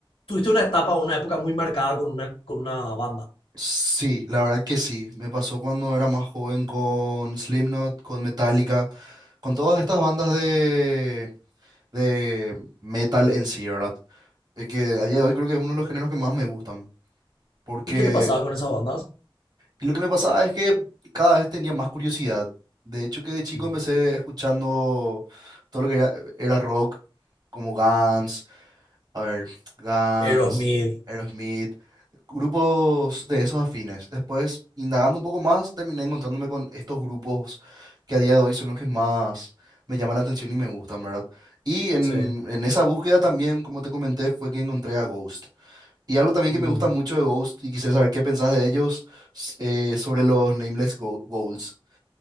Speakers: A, on the left; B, on the right.
A: tuviste una etapa, una época muy marcada con una, con una banda.
B: Sí, la verdad que sí. Me pasó cuando era más joven con Slipknot, con Metallica, con todas estas bandas de de metal en sí, ¿verdad? Eh, que a día de hoy creo que es uno de los géneros que más me gustan. Porque
A: ¿Y qué te pasaba con esas bandas?
B: y lo que me pasaba es que cada vez tenía más curiosidad. De hecho, que de chico
A: Mm.
B: empecé escuchando todo lo que era, era rock, como Guns, a ver, Guns,
A: Aerosmith,
B: Aerosmith, grupos de esos afines. Después, indagando un poco más, terminé encontrándome con estos grupos que a día de hoy son los que más me llaman la atención y me gustan, ¿verdad? Y en,
A: sí.
B: en esa búsqueda también, como te comenté, fue que encontré a Ghost. Y algo también
A: Mm.
B: que me gusta mucho de Ghost, y quisiera saber qué pensás de ellos, s- eh, sobre los Nameless Go- Goals.